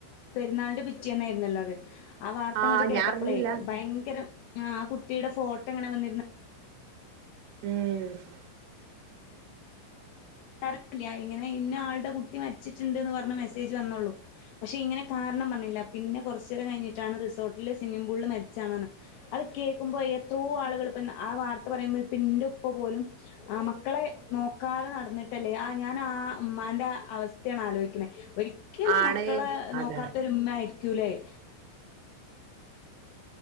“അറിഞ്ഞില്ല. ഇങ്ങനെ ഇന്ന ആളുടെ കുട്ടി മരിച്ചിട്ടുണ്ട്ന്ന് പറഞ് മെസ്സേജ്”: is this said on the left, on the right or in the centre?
Left